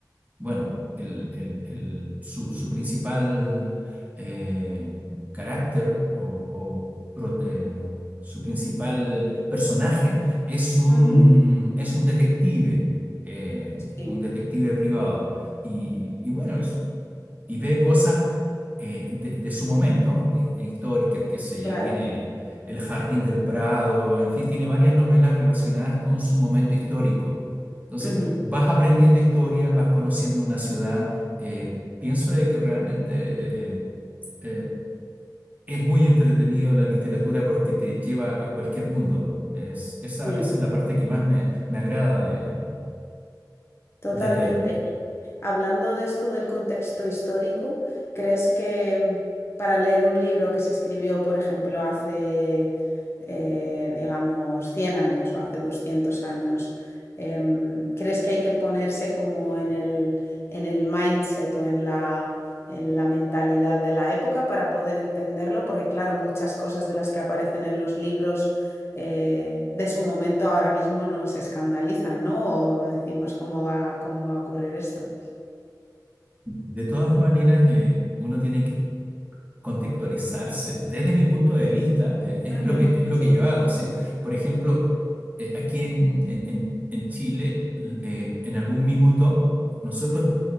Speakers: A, on the right; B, on the left.
A: Bueno, el, el- el- su, su principal eh, carácter o, o pro- eh, su principal personaje es un,
B: Ujú.
A: es un detective, eh,
B: Sí. Sí,
A: un detective privado. Y, y bueno, es, y ve cosas eh, de, de su momento, eh, eh, históricas, qué sé
B: claro.
A: yo, tiene El Jardín del Prado, en fin, tiene varias novelas relacionadas con su momento histórico. Entonces,
B: Ujú,
A: vas aprendiendo historia, vas conociendo una ciudad. eh, pienso de que realmente eh, eh, es muy entretenido la literatura porque te lleva a cualquier mundo. Es, esa,
B: Sí.
A: esa es la parte que más me, me agrada de,
B: Totalmente.
A: de leer.
B: Y hablando de esto del contexto histórico, ¿crees que para leer un libro que se escribió, por ejemplo, hace, eh, digamos, 100 años o hace 200 años, em, ¿crees que hay que ponerse como en el, en el mindset o en la, en la mentalidad de la época para poder entenderlo? Porque, claro, muchas cosas de las que aparecen en los libros eh, de su momento ahora mismo nos escandalizan, ¿no? O decimos cómo va, cómo va a ocurrir esto.
A: De todas maneras, eh, uno tiene que contextualizarse desde mi punto de vista, eh, es
B: Ujú,
A: lo que, es lo
B: Sí,
A: que yo hago. Es decir, por ejemplo, eh, aquí en, en- en- en Chile, eh, en algún minuto, nosotros